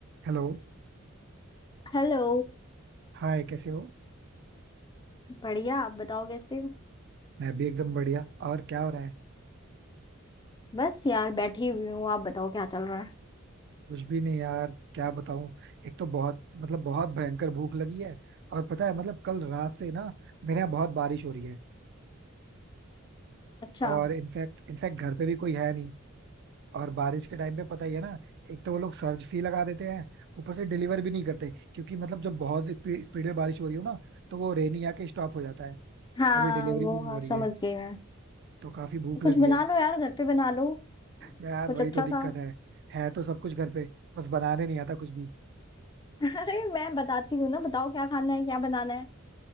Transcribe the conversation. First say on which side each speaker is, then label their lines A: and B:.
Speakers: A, on the right; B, on the left.
A: हेलो
B: Hello
A: हाय कैसे हो
B: बढ़िया आप बताओ कैसे हो?
A: मैं भी एकदम बढ़िया और क्या हो रहा है
B: बस यार बैठी हुई हूँ आप बताओ क्या चल रहा है
A: कुछ भी नहीं यार क्या बताऊं एक तो बहुत मतलब बहुत भयंकर भूख लगी है और पता है मतलब कल रात से ना मेरे यहाँ बहुत बारिश हो रही है
B: अच्छा
A: और इनफैक्ट इनफैक्ट घर पे भी कोई है नहीं और बारिश के टाइम पे पता ही है ना एक तो वो लोग सर्ज फी लगा देते हैं ऊपर से डिलीवर भी नहीं करते क्योंकि मतलब जब बहुत स्पीड में बारिश हो रही हो ना तो वो रेनी आके स्टॉप हो जाता है
B: हाँ
A: तो अभी डिलीवरी
B: वो
A: भी नहीं
B: हाँ
A: हो रही
B: समझ
A: है
B: गई मैं
A: तो काफी भूख लगी
B: कुछ बना
A: है
B: लो यार घर पे बना लो
A: यार
B: कुछ
A: वही
B: अच्छा
A: तो दिक्कत
B: सा
A: है है तो सब कुछ घर पे बस बनाने नहीं आता कुछ भी
B: <laughs> अरे मैं बताती हूँ ना बताओ क्या खाना है क्या बनाना है